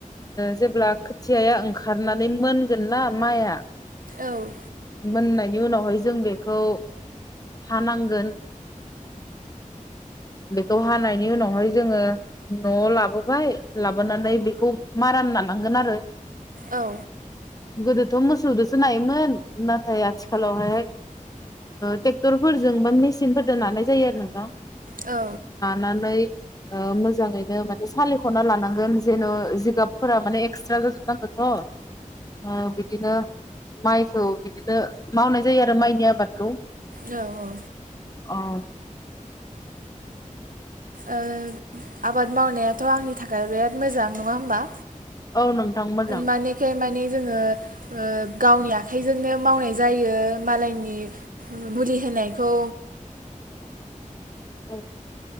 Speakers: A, on the left; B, on the right.
A: जेब्ला खोथियाया ओंखारनानै मोनगोन ना माइआ
B: औ औ
A: मोननाय नि उनावहाय जों बेखौ हानांगोन। द हानायनि उनावहाय जोङो न'आव लाबोबाय लाबोनानै बेखौ मारोन नानांगोन आरो।
B: औ।
A: गोदोथ' मोसौजोसो नायोमोन। नाथाय आथिखालाव हाय ट्रेक्टरफोरजों बा मेसिनफोरजों नानाय जायो आरो नोंथां।
B: औ
A: नानै मोजाङैनो माने सालिख'ना लानांगोन जेन' जिगाबफोरा माने एक्सट्रा जाजोबनांगोनथ'। बिदिनो माइ थ' बिदिनो मावनाय जायो आरो माइनि आबादखौ।
B: औ औ।
A: औ।
B: ओ आबाद मावनायाथ' आंनि थाखाय बिराद मोजां नङा होमबा?
A: औ नोंथां मोजां।
B: मानेखे माने जोङो गावनि आखाइजोंनो मावनाय जायो मालायनि मुलि होनायखौ
A: औ।